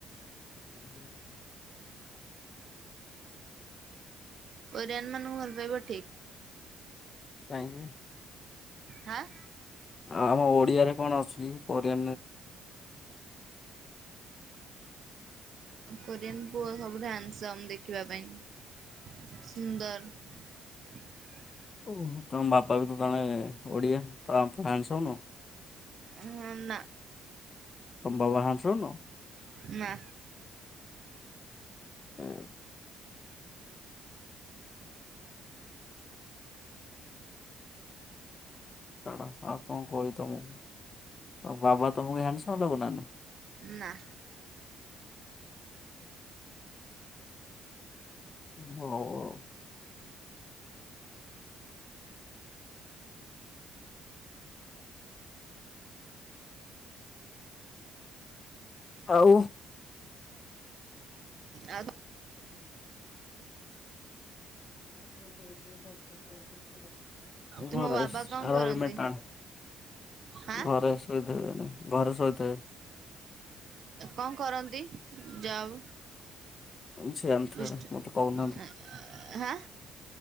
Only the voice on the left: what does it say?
ହ ହୋ।
କାଇଁ।
ଆମ ଓଡିଆରେ କଣ ଅଛି କି ପରିୟ
ଓ ତମ ବାପା ବି ତ ଜଣେ ଓଡିଆ ଫ୍ରାନ୍ସ ହଉନ
ତୁମ ବାପା ହେଣ୍ଡସମ୍ ନୁହଁ।
ଏ ଛାଡ଼ ଆଉ କଣ କହିବି ତମକୁ ଆଉ ବାବା ତମକୁ ହାଣ୍ଡସମ୍ ଲାଗୁନା
<unintelligible> ଆଉ।
<unintelligible>
ଗରେଶ
ଆ।
<unintelligible>
ଘରେ ଶୋଇଥିବେ ଏଇନେ ଘରେ ଶୋଇଥିବେ।
ସିଏ ଜାଣିଥିବେ
ମତେ କହୁନାହାନ୍ତି।